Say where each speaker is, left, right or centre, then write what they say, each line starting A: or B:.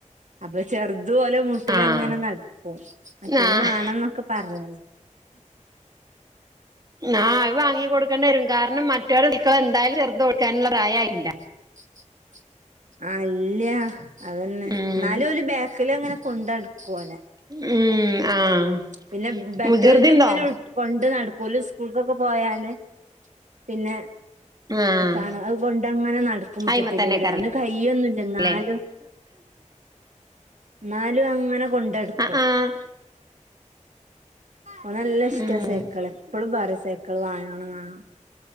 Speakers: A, on the right; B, on the right.
A: അപ്പൊ ചെറുതു ഓല് മുട്ടിലങ്ങനെ
B: ആഹ്
A: നടക്കും. മറ്റവന്
B: ആഹ്
A: വേണംന്നൊക്കെ പറഞ്ഞേ
B: ആഹ് അത് വാങ്ങികൊടുക്കേണ്ട വരും കാരണം മറ്റവര് ഓടിക്കണ എന്തായും ചെറുത് ഓടിക്കാനുള്ള പ്രായമായില്ല.
A: <inaudible> ആ ഇല്ല്യാ അത് തന്നെ
B: ഉം
A: എന്നാലും ഒരു ബാക്കിലിങ്ങനെ കൊണ്ടു നടക്കു ഓനെ.
B: ഉം ആഹ്
A: പിന്നെ മറ്റോൽത്
B: വ്യകൃതിയുണ്ടോ?
A: ഇങ്ങനെ കൊണ്ട് നടക്കും ഓല് സ്കൂൾക്കൊക്കെ പോയാല് പിന്നെ
B: ആഹ്
A: ട്ടാണ് അതുകൊണ്ട് അങ്ങനെ നടക്കും മുറ്റത്തിലൂടെ
B: അയിമ തന്നെക്കാരം
A: അവന് കയ്യൊന്നും ഇല്ല എന്നാലും
B: ല്ലേ
A: എന്നാലും അങ്ങനെ കൊണ്ടു നടക്കും.
B: ആഹ് ആഹ്
A: ഓന് നല്ല ഇഷ്ടവാ
B: ഉം
A: സൈക്കിൾ. എപ്പഴും പറയും സൈക്കിൾ വാങ്ങണം വാങ്ങ